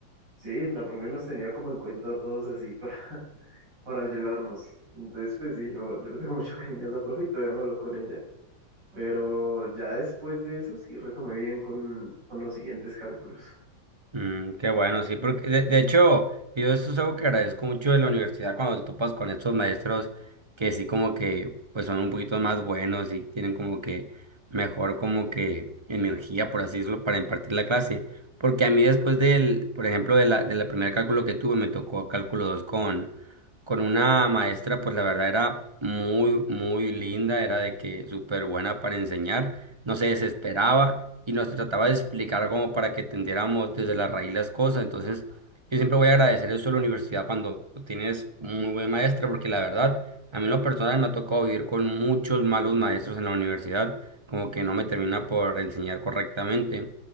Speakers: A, on the right; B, on the right.
A: sí, la profe nos tenía como en cuenta a todos así <laughs> para, para ayudarnos. Entonces, pues sí, yo, yo le tengo mucho cariño a esa profe y todavía me hablo con ella. Pero ya después de eso sí retomé bien con, con los siguientes cálculos.
B: Mm, qué bueno, sí, porque de, de hecho, yo eso es algo que agradezco mucho de la universidad cuando te topas con estos maestros que sí como que pues son un poquito más buenos y tienen como que mejor como que energía, por así decirlo, para impartir la clase. Porque a mí después del, por ejemplo, de la, de la primer cálculo que tuve, me tocó cálculo 2 con, con una maestra, pues la verdad era muy, muy linda, era de que súper buena para enseñar, no se desesperaba y nos trataba de explicar como para que entendiéramos desde la raíz las cosas. Entonces, yo siempre voy a agradecer eso a la universidad cuando tienes un muy buen maestro, porque la verdad, a mí en lo personal me ha tocado vivir con muchos malos maestros en la universidad, como que no me termina por enseñar correctamente.